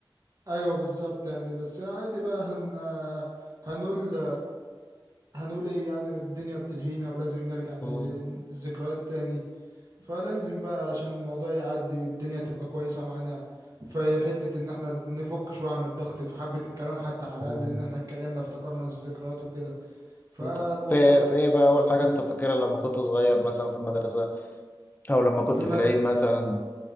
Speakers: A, on the right; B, on the left.
A: ايوه بالظبط يعني بس عادي بقى هن هنقول هنقول ايه يعني الدنيا بتلهينا ولازم نرجع ل-
B: مم.
A: للذكريات تاني فلازم بقى عشان الموضوع يعدي والدنيا تبقى كويسة معانا في حتة ان احنا نفك شوية عن الضغط في حبة الكلام حتى على
B: مم.
A: الاقل ان احنا اتكلمنا افتكرنا الذكريات وكده فالموضوع
B: انت في ايه، في ايه بقى اول حاجه انت فاكرها لما كنت صغير مثلا في المدرسه او لما كنت
A: في
B: في العيد مثلا